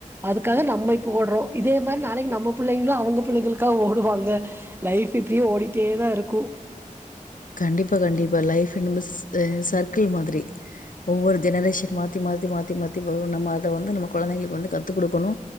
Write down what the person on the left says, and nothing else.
கண்டிப்பா கண்டிப்பா லைஃப் இண்மஸ் சர்க்கிள் மாதிரி ஒவ்வொரு ஜெனரேஷன் மா மாத்தி மாத்தி மாத்தி மாத்தி வரு நம்ம அத வந்து நம்ம கொழந்தைங்களுக்கு வந்து கத்து குடுக்கணு